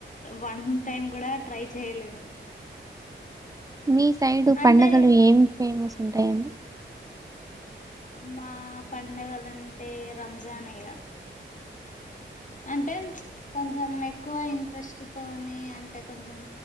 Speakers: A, on the left; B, on the right.
A: వన్ టైం గుడా ట్రై చేయలేదు.
B: మీ సైడ్
A: అంటే
B: పడుగలు ఏం ఫేమస్ ఉంటయండి?
A: మా పండగలంటే రంజానే ఇగ అంటేం కొంచం ఎక్కువ ఇంట్రెస్ట్ తోని అంటే కొంచం